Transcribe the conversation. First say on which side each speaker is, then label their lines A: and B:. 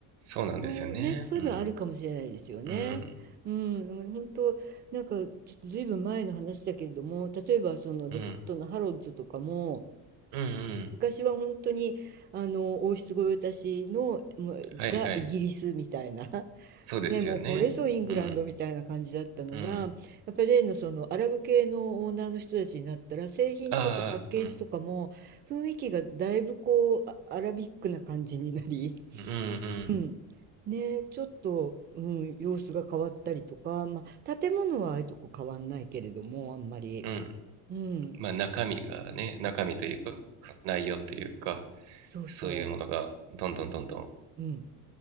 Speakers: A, on the right; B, on the right.
A: そうなんですよね。
B: そうね、そういうのはあるかもしれないですよね。
A: うん。うん。
B: うん、だから本当なんかちょっとずいぶん前の話だけれども、例えばそのデパートのハロッズとかも、
A: うん。うん。うん。
B: 昔は本当にあの王室御用達のもうザ・
A: はいはい。
B: イギリスみたいな <laughs>、
A: そうですよね。
B: ね、もうこれぞイングランドみたいな感じだったのが、
A: うん。うん。
B: やっぱり例のそのアラブ系のオーナーの人たちになったら、製品とかパッケージとかも雰囲気がだいぶこうあアラビックな感じになり、
A: ああ、うん。うん。
B: うん。ね、ちょっと、うん、様子が変わったりとか、まあ、建物はああいうとこ変わんないけれども、あんまり。
A: うん。うん。
B: うん。
A: まあ中身がね、中身というか、内容というか、
B: そうそ
A: そういうものがどんどんどんどん
B: う。うん。